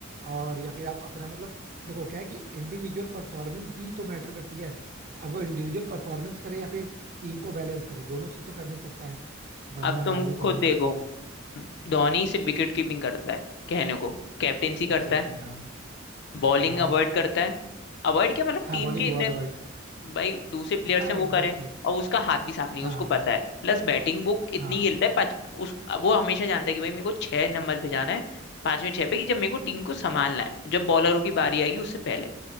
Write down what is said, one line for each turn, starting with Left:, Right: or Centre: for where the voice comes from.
Right: और या फिर आप अपना मतलब देखो क्या है कि इंडिविजुअल परफॉर्मेंस भी तो मैटर करती है अब वो इंडिविजुअल परफॉर्मेंस करे या फिर टीम को बैलेंस करे दोनों चीज तो कर नहीं सकता है वन
Left: अब
Right: मैन
Left: तुम
Right: आर्मी तो
Left: खुद
Right: हो नहीं
Left: देखो
Right: सकता भाई
Left: धोनी सिर्फ विकेट कीपिंग करता है कहने को कैप्टेंसी करता
Right: एग्जैक्टली
Left: है
Right: exactly, हाँ
Left: बॉलिंग
Right: हाँ
Left: अवॉइड करता है अवॉइड क्या मतलब
Right: हाँ
Left: टीम
Right: बॉलिंग
Left: के इतने
Right: बहुत अवॉइड
Left: भाई दूसरे प्लेयर्स
Right: हाँ
Left: हैं वो
Right: एग्जैक्टली
Left: करें
Right: exactly,
Left: और उसका हाथ भी साफ नहीं
Right: हाँ
Left: है उसको
Right: हाँ
Left: पता है प्लस बैटिंग वो इतनी
Right: हाँ
Left: खेलता है पाँच उस वो हमेशा जानता है कि भाई मेरे को छह नंबर पे जाना है पांच में छह पे कि जब मेरे को टीम को संभालना है जब बॉलरों की बारी आएगी उससे पहले